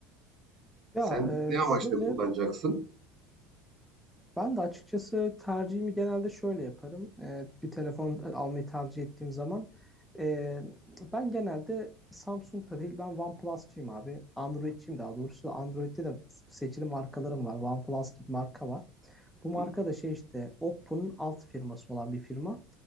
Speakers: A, in the centre; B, on the right.
A: Ya
B: Sen
A: e,
B: ne amaçla
A: şöyle
B: kullanacaksın?
A: Ben de açıkçası tercihimi genelde şöyle yaparım. Ee, bir telefon almayı tercih ettiğim zaman e, ben genelde Samsung'da değil ben OnePlus'cıyım abi. Android'ciyim daha doğrusu. Android'de de seçili markalarım var. OnePlus gibi marka var. Bu marka
B: Hı hı.
A: da şey işte Oppo'nun alt firması olan bir firma.